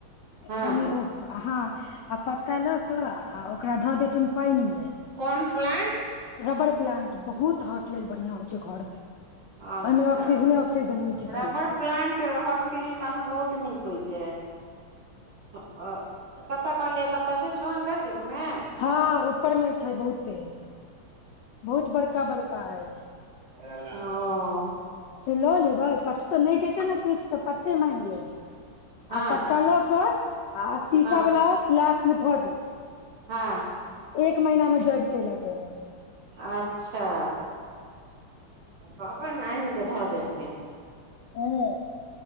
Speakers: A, on the right (about 80°); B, on the left (about 65°).
A: हँ
B: कनि ओ ह हाँ आ पत्ता लऽ क आ ओकरा धदेथुन पाइन म
A: कौन प्लंट
B: रबर प्लांट बहुत हर्ट लेल बढ़ियां होइ छै घर में ओयमे
A: अच्छा
B: ऑकसिजने ऑकसिजन होइ छै
A: रबर
B: खाली
A: प्लांट हर्ट के लैल बहुत नीक होइ छै अ तऽ कतऽ कहलियै कतऽ छै सुभंकर सिंग मे
B: हँ ऊपर मे छै बहुते बहुत बड़का बड़का ऐछ
A: हँ <unintelligible>
B: से लऽ लेबै पता तो नय देते ने किछ तऽ पत्ते माग लेब
A: हँ
B: आ पत्ता लऽ के आ शीशा
A: हँ
B: वाला ग्लास मे धदेब
A: हँ
B: एक महिना मे जैड़ चइल आयत ओयमे
A: अच्छा कहबैन ने आएन कऽ धदेथिन
B: हूँ